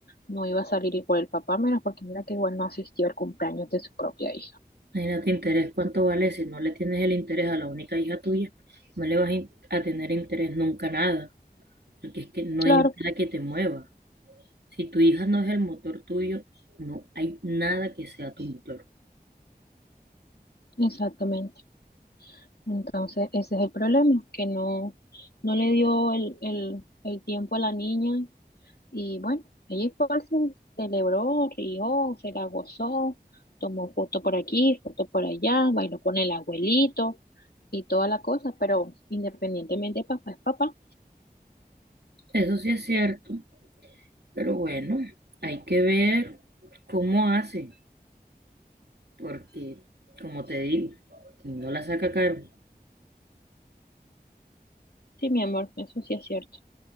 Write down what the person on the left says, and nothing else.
no iba a salir y por el papá, mira, porque mira que igual no asistió al cumpleaños de su propia hija.
Claro,
exactamente. Entonces, ese es el problema, que no, no le dio el, el, el tiempo a la niña y bueno, ella igual se celebró, rió, se la gozó, tomó foto por aquí, foto por allá, bailó con el abuelito y toda la cosa, pero independientemente, papá es papá.
Sí, mi amor, eso sí es cierto.